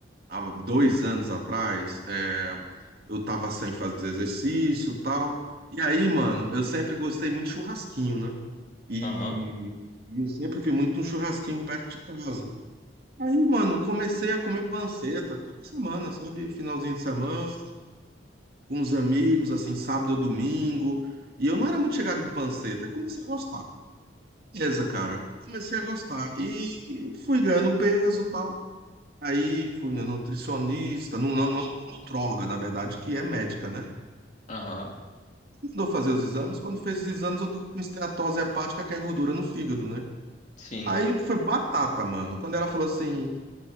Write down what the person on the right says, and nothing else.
há dois anos atrás. é, eu tava sem fazer exercício, tal. E aí, mano, eu sempre gostei muito de churrasquinho, né? E,
e eu sempre fui muito um churrasquinho perto de casa. Aí, mano, comecei a comer panceta toda semana, sabe? Finalzinho de semana, com os amigos, assim, sábado ou domingo. E eu não era muito chegado em panceta, aí comecei a gostar. Beleza, cara. Comecei a gostar. E fui ganhando peso e tal. Aí fui na nutricionista, nu- nu- numa nutróloga, na verdade, que é médica, né?
Mandou fazer os exames. Quando fez os exames, eu tô com esteatose hepática, que é gordura no fígado, né?
Aí foi batata, mano. Quando ela falou assim,